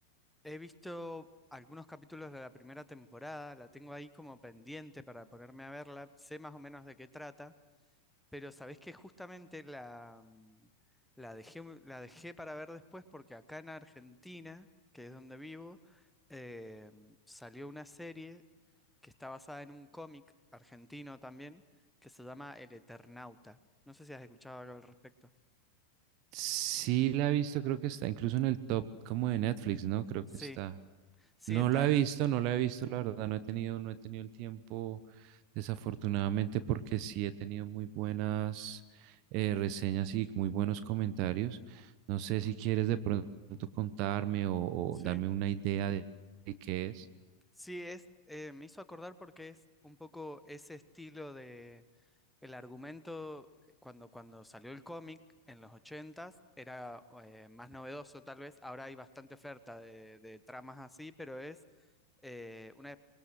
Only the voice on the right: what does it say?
Sí la he visto, creo que está incluso en el top como de Netflix, ¿no? Creo
que está.
No
la he visto, no la he visto, la verdad, no he tenido, no he tenido el tiempo, desafortunadamente, porque sí he tenido muy buenas eh, reseñas y muy buenos comentarios. No sé si quieres de pronto contarme o, o
darme una idea de, de qué es.